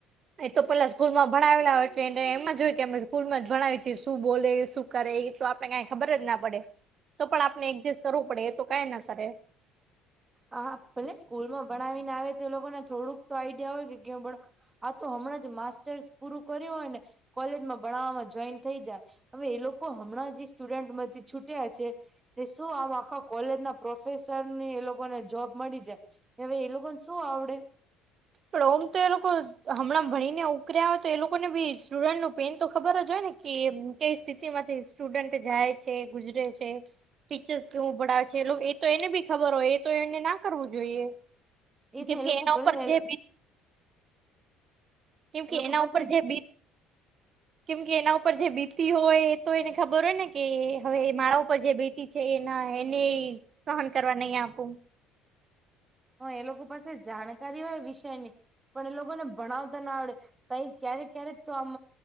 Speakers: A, on the right; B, on the right.
A: એ તો પેલા સ્કૂલમાં ભણાવેલા હોય છે એમ જ હોય કે અમે સ્કૂલમાં જ ભણાવીએ શું બોલે શું કરે તો આપણે કાંઈ ખબર જ ના પડે તો પણ આપણે એડજસ્ટ કરવું પડે એ તો કંઈ ના કરે
B: હા ભલે સ્કૂલ માં ભણાવીને આવે તો એ લોકોને થોડુંક તો આઈડિયા હોય કે કે ભણાવ આ તો હમણાં જ માસ્ટર્સ પૂરું કર્યું હોય ને કોલેજમાં ભણાવવામાં જોઈન થઈ જાય હવે એ લોક કોહમણાં જે સ્ટુડન્ટ માંથી છૂટ્યા છે શું આમ આખા કોલેજ ના પ્રોફેસર ની એ લોકોને જોબ મળી જાય હવે એ લોકોને શું આવડે
A: પણ ઓમ તો એ લોકો હમણાં ભણીને ઉર્યા હોય તો એ લોકોને બી સ્ટુડન્ટ ન પેન તો ખબર જ હોય ને કે કઈ સ્થિતિ માંથી સ્ટુડન્ટ જાય છે ગુજરે છે. ટીચર્સ કેવું ભડે છે એલ એ તો એને બી ખબર હોય એ તો એને ના કરવું જોઈએ
B: એજ
A: કેમ
B: ને એ
A: કે
B: લોકો
A: એના
B: ભલે
A: ઉપર
B: એ
A: જે કેમ કે
B: લોકો
A: એના
B: પાસે
A: ઉપર જે બી કેમ કે એના ઉપર જે બીતી હોય એ તો એને ખબર હોય ને કે હવે મારા ઉપર જે બીતી છે એના એને સહન કરવા નહી આપું
B: હ એ લોકો પાસે જાણકારી હોય વિષયની પણ એ લોકોને ભણાવતા ના આવડે કઈ ક્યારેક ક્યારેક તો આમ